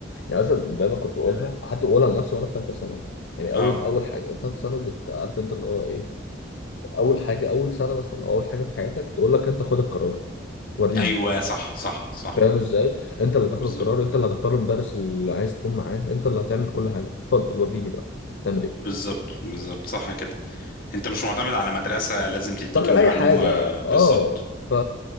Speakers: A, on the left; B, on the left.
A: يعني مثلا دايما كنت بقولها حتى بقولها لنفسي وانا في ثالثة ثانوي يعني اول
B: اه
A: اول حاجة ثالثة ثانوي بت- عارف انت اللي هو ايه اول حاجة اول سنة مثلا أو اول حاجة في حياتك تقول لك انت خد القرار وريني
B: ايوه صح صح صح
A: فاهم ازاي؟ انت اللي تاخد
B: بالظبط
A: القرار انت اللي هتختار المدرس اللي عايز تكون معاه انت اللي هتعمل كل حاجه اتفضل وريني بقى تعمل ايه؟
B: بالظبط بالظبط صح كده انت مش معتمد على مدرسه لازم تديك
A: تعمل
B: المعلومه
A: اي حاجه
B: بالظبط
A: اه ف...